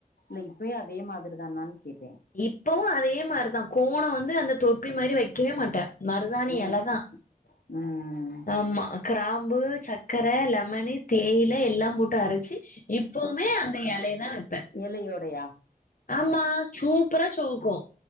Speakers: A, on the left; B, on the left.
A: இல்ல இப்பயு அதே மாதிரிதானான் கேட்டே
B: இப்பவு அதே மாரிதா கோண வந்து அந்த தொப்பி மாரி வெக்கவே மாட்டே மறுதாணி
A: ம்
B: எலதா
A: ம்
B: ஆமா கிராம்பு சக்கர லெமனு தேயில எல்லாம் போட்டு அரச்சு இப்பவுமே அந்த எலைய தா வெப்பே
A: எலையோடையா
B: ஆமா சூப்பரா செவக்கு